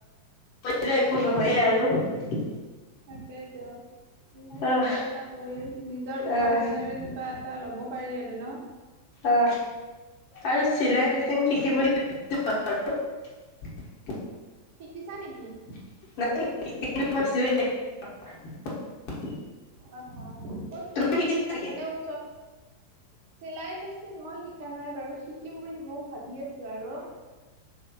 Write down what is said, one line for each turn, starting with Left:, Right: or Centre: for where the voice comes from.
Left: কৰিলে একো নহয়েই আৰু।
Right: তাকেইটো নিজে
Left: অ',
Right: কিবা এটা কৰি নিজৰ উপাৰ্জনেৰে
Left: অ',
Right: কিবা এটা লব- পাৰি আৰু ন
Left: অ আৰু চিলাই
Right: তাকে
Left: বিচিন শিকিবলে- <unintelligible>
Right: শিকিছা নেকি।
Left: <unintelligible>
Right: অ হয় কত
Left: তুমি শিকিছা নেকি?
Right: মানে ওচৰ- চিলাই মেচিন মই শিকা নাই বাৰু শিকিম বুলি ময়ো ভাবি আছোঁ আৰু।